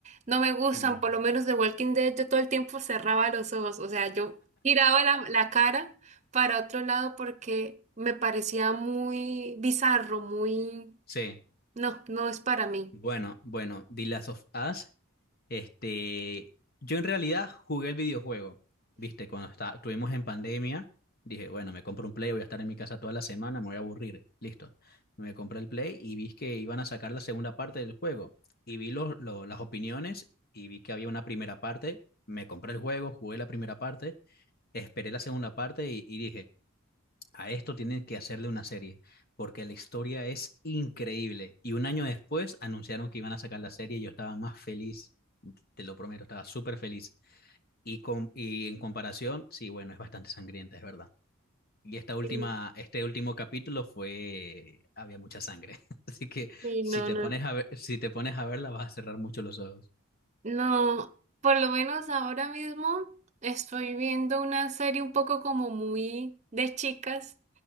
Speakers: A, on the right (about 30°); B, on the left (about 45°).
A: no me gustan,
B: mm,
A: por lo menos de Walking Dead yo todo el tiempo cerraba los ojos, o sea, yo giraba la, la cara para otro lado porque me parecía muy bizarro, muy...
B: Sí,
A: No, no es para mí.
B: bueno, bueno, The Last of Us Este, yo en realidad jugué el videojuego, viste, cuando está, estuvimos en pandemia, dije, bueno, me compro un Play, voy a estar en mi casa toda la semana, me voy a aburrir, listo. Me compré el Play y vi que iban a sacar la segunda parte del juego y vi los- lo- las opiniones y vi que había una primera parte, me compré el juego, jugué la primera parte, esperé la segunda parte y, y dije, a esto tienen que hacerle una serie, porque la historia es increíble. Y un año después anunciaron que iban a sacar la serie y yo estaba más feliz, te lo prometo, estaba súper feliz. Y, con, y en comparación, sí, bueno, es bastante sangrienta, es verdad. Y esta última,
A: Sí,
B: este último capítulo fue, había mucha sangre. <laughs> Así que
A: sí,
B: si
A: no,
B: te
A: no.
B: pones a ver, si te pones a verla, vas a cerrar mucho los ojos.
A: No, por lo menos ahora mismo estoy viendo una serie un poco como muy de chicas